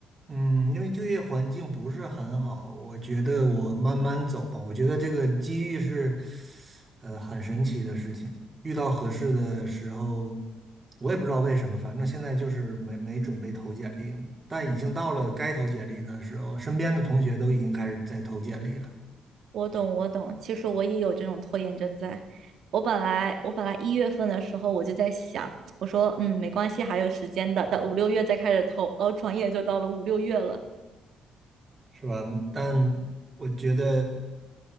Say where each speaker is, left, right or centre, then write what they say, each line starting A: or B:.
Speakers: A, on the right; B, on the right.
A: 嗯，因为就业环境不是很好，我觉得我慢慢走吧。我觉得这个机遇是，呃，很神奇的事情。遇到合适的时候，我也不知道为什么，反正现在就是没没准备投简历呢。但已经到了该投简历的时候，身边的同学都已经开始在投简历了。
B: 我懂，我懂。其实我也有这种拖延症在。我本来我本来一月份的时候我就在想，我说嗯没关系，还有时间的，等五六月再开始投，然后转眼就到了五六月了。
A: 是吧？但我觉得